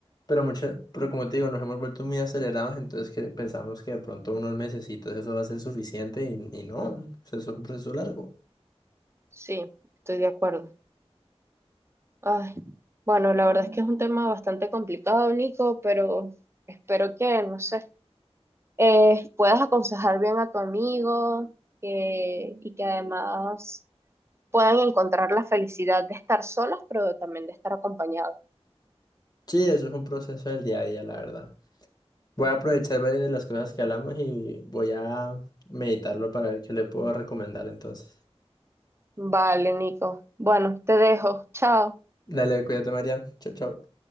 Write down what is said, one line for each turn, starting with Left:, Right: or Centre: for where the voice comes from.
Left: pero mucho, pero como te digo, nos hemos vuelto muy acelerados, entonces que pensamos que de pronto unos mesecitos eso va a ser suficiente y, y no, o sea, eso es un proceso largo.
Right: Sí, estoy de acuerdo. Ay, bueno, la verdad es que es un tema bastante complicado, Nico, pero espero que, no sé, eh, puedas aconsejar bien a tu amigo que- y que además puedan encontrar la felicidad de estar solos, pero también de estar acompañados.
Left: Sí, eso es un proceso del día a día, la verdad. Voy a aprovechar varias de las cosas que hablamos y voy a meditarlo para ver qué le puedo recomendar entonces.
Right: Vale, Nico. Bueno, te dejo. Chao.
Left: Dale, cuídate, María. Chao, chao.